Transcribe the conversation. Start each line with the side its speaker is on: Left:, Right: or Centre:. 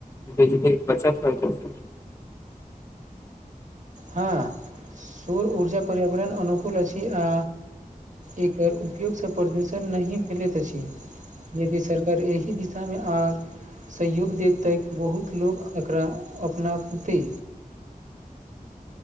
Left: बिजली बचत होइ तऽ।
Right: हँ सौर ऊर्जा पर्यावरण अनुकूल अछि आ एकर उपयोग सँ प्रदूषण नहि फैलैत अछि। यदि सरकार एहि दिशा मे आ सहयोग देत तक बहुत लोक एकरा अपनाबतै